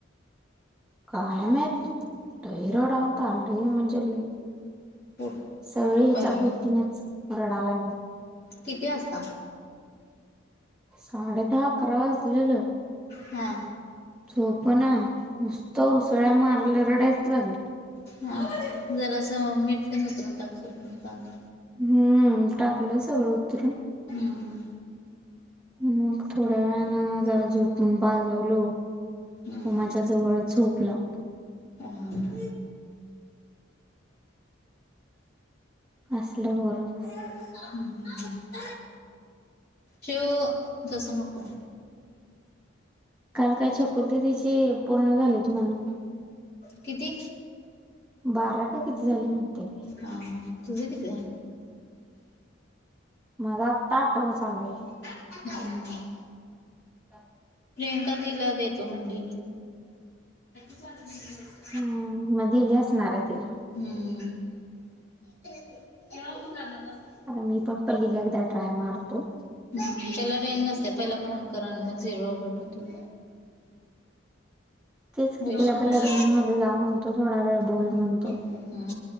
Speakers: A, in the centre; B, on the left.
A: कायं माहीत लंय रडांलता लंय म्हणजे लंय
B: पोट
A: सगळीं ह्यांच्या
B: भरलं
A: भोवतीनच रडांलाय म्हणूंन.
B: किती वाजता
A: साडे दहा अकरालां दिलेलं
B: हां
A: झोप नां नुसतं उसळ्यां मारल्यां रडांयलाचं लागली.
B: हां जरां असं मीठ ते उतरूंन टाकशील हीच्यांवन.
A: हम्मं टाकलं सगळं उतरूंन.
B: हम्मं हम्मं
A: मंग थोड्यां वेळानं जरां झोपूंन पाजवलो,
B: हम्म हम्म
A: माझ्यां जवळचं झोपलां.
B: अरे बापरे
A: असलं पोरं
B: हम्म हम् हम् <unintelligible> चिव तसं नको.
A: कांल कायं छकुली दिदीची पूर्ण झालेत म्हणूंन.
B: किती
A: बारा कां किती झाले म्हणते.
B: हां हां तुझं किती झाले
A: मलां पाठव चांगले
B: काका कुंठे आहे
A: कां
B: प्रियंका दिलां देतो म्हणले झा <inaudible>
A: हम्म! मग दिली असणार आहे तिला.
B: हम्म! <unintelligible>
A: आता मी पण पल्लीला एकदा ट्राय मारतो.
B: ह त्याला रेंज नसते पहिला फोन करा आणि मग झिरो कट होते.
A: तेच कि,
B: वैष्णवीला
A: तिला पहिला रेंजमध्ये जा म्हणतो थोडा वेळ बोल म्हणतो.
B: हम!